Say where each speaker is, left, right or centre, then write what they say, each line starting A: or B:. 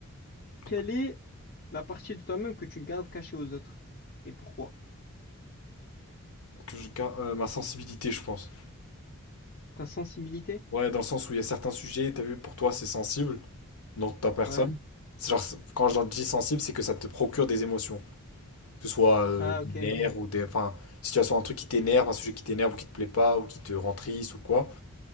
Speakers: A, on the left; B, on the left.
A: Quelle
B: Donc,
A: est la partie de toi-même que tu gardes cachée aux autres? Et pourquoi?
B: que je garde euh, ma sensibilité, je pense.
A: Ta sensibilité?
B: Ouais, dans le sens où il y a certains sujets, t'as vu, pour toi, c'est sensible, dans ta personne.
A: Ouais.
B: C'est genre, c'est- quand je dis sensible, c'est que ça te procure des émotions. Que ce soit euh,
A: Ah, ok.
B: des nerfs ou des. Enfin, situation, un truc qui t'énerve, un sujet qui t'énerve ou qui te plaît pas ou qui te rend triste ou quoi,